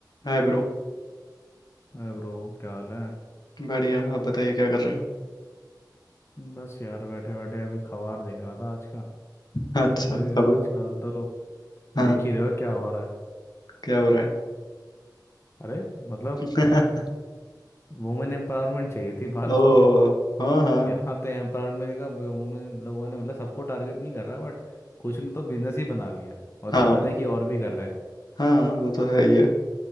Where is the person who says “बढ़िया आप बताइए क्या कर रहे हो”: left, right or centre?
Left